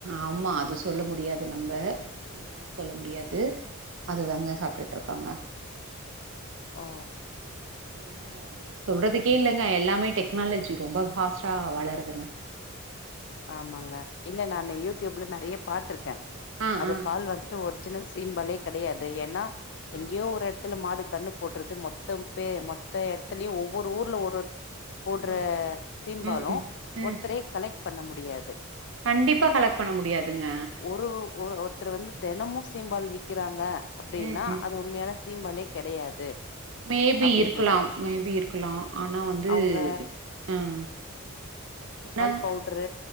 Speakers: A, on the right (about 60°); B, on the left (about 55°).
A: ஆமா அது சொல்ல முடியாது நம்ப எதுவு சொல்ல முடியாது அதுதாங்க சாப்ட்டுட்டு இருக்காங்க
B: ஓ
A: ஒன்னு சொல்றதுக்கே
B: சரி
A: இல்லங்க
B: சரி
A: எல்லாமே டெக்னால ச்சி ரொம்ப ஹாஸ்டா வளருதுங்க
B: ஆமாங்க இல்ல நானு யூ டியூப்ல நெறைய பாத்திருக்கே
A: ஆ
B: அது
A: ஆ
B: பால் வந்துட்டு ஒரு ச்சினா சிம்பலே கெடையாது ஏன்னா எங்கேயோ
A: ஆ
B: ஒரு எடத்துல மாடு கன்னு போட்டுறது மொத்தம் பே மொத்த எடத்துலயு ஒவ்வொரு ஊர்ல ஒரு போடற
A: ஆ
B: சீம்பாலு
A: ம் ம் ம்
B: ஒருத்தரே கலெக் பண்ண முடியாது
A: கண்டிப்பா கலெக் பண்ண முடியாதுங்க
B: ஒரு ஒரு ஒருத்தர் வந்து தெனமு சீம்பால் விக்கறாங்க அப்டின்னா
A: ம் ம்
B: அது உண்மையான சீம்பாலே கெடையாது
A: மேபி
B: அப்டின்றது
A: இருக்கலாம் மேபி இருக்கலா ஆனா வந்து
B: அவங்க
A: ம் என்ன
B: பவுடுரு